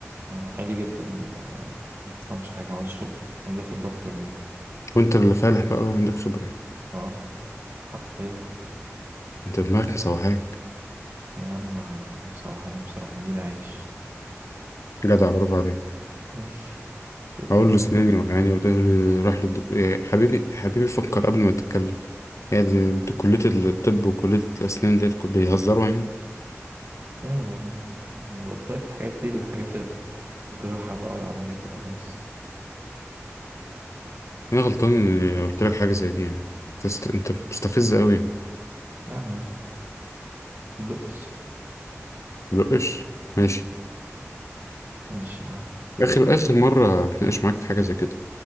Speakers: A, on the right; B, on the left.
A: آه، عادي جدا آه، ما بيفهمش حاجة ما عندوش خبرة عنده خبرة اكتر منه
B: وانت اللي فالح بقى وعندك خبرة يعني.
A: اه حرفيا
B: انت دماغك مسوحاك
A: يا عم مسوحاني مسوحاني دي عايش
B: جدع برافو عليك
A: بص شغال
B: هقول له اسناني وجعاني وده اللي راح للدكتور يا حبيبي حبيبي فكر قبل ما تتكلم هي دي, دي كلية الطب وكلية الأسنان ديت كو- بيهزروا يعني
A: أمم، أنا قلت لك الحاجات دي الحاجات ال- الجراحة بقى والعمليات وكده بس
B: أنا غلطان إني قلت لك حاجة زي دي يعني أنت است- أنت مستفز أوي
A: يا عمي دقس
B: مدقش ماشي
A: ماشي يا عم
B: آخر آخر مرة هتناقش معاك في حاجة زي كده